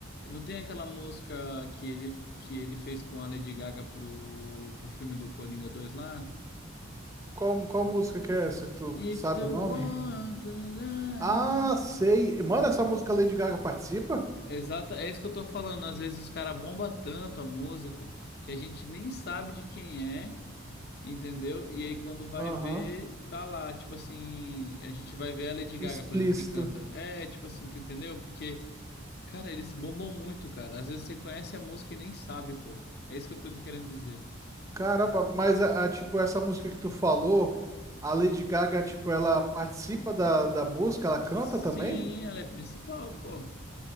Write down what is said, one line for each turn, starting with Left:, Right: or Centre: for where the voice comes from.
Left: Não tem aquela música que ele, que ele fez com a Lady Gaga pro, pro filme do Coringa dois lá?
Right: Qual, qual música que é essa que tu
Left: If
Right: sabe
Left: the
Right: o nome?
Left: one to die-
Right: Ah, sei. Mano, essa música Lady Gaga participa?
Left: Exato, é isso que eu tô falando. Às vezes os caras bombam tanto a música que a gente nem sabe de quem é, entendeu? E aí quando vai
Right: Aham.
Left: ver, tá lá. Tipo assim, a gente vai ver a Lady Gaga,
Right: Explícito.
Left: por exemplo, que canta. É, tipo assim, tu entendeu? Porque. Cara, eles bombam muito, cara. Às vezes você conhece a música e nem sabe, pô. É isso que eu tô querendo dizer.
Right: Caramba, mas a, a, tipo, essa música que tu falou, a Lady Gaga, tipo, ela participa da, da música, ela canta
Left: Sim,
Right: também?
Left: ela é principal, pô.